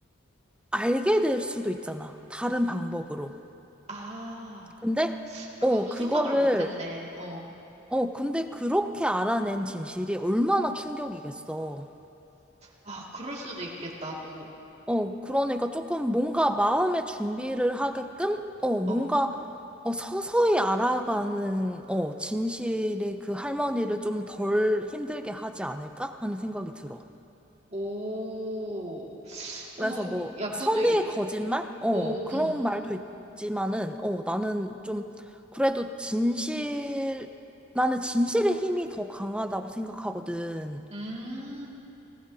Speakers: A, in the centre; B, on the right.
A: 알게 될 수도 있잖아. 다른 방법으로.
B: 아,
A: 근데,
B: 그건
A: 어,
B: 또
A: 그거를,
B: 생각을 못 했네. 어.
A: 어, 근데 그렇게 알아낸 진실이 얼마나 충격이겠어.
B: 아, 그럴 수도 있겠다, 또.
A: 어, 그러니까 조금 뭔가 마음의 준비를 하게끔, 어, 뭔가,
B: 어,
A: 어, 서서히 알아가는, 어, 진실이 그 할머니를 좀 덜 힘들게 하지 않을까? 하는 생각이 들어.
B: 오, 오,
A: 그래서 뭐
B: 야, 그것도,
A: 선의의
B: 일-
A: 거짓말? 어,
B: 오,
A: 그런
B: 음,
A: 말도 있지만은 어, 나는 좀 그래도 진실 나는 진실의 힘이 더 강하다고 생각하거든.
B: 음,